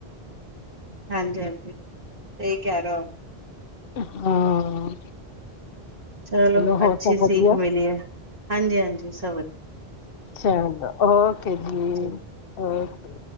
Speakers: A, on the right (about 55°); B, on the left (about 65°).
A: ਹਾਂਜੀ-ਹਾਂਜੀ, ਸਹੀ ਕਹਿ ਰੋ ਆਪ?
B: ਹਾਂ,
A: ਚਲੋ
B: ਹੋਰ
A: ਅੱਛੀ
B: ਸਭ ਵਧੀਆ
A: ਸੀਖ ਮਿਲੀ ਹੈ, ਹਾਂਜੀ-ਹਾਂਜੀ ਸਭ ਵਧੀਆ।
B: ਚਲੋ ਓਕੇ ਜੀ
A: ਠੀਕ
B: ਓਕੇ,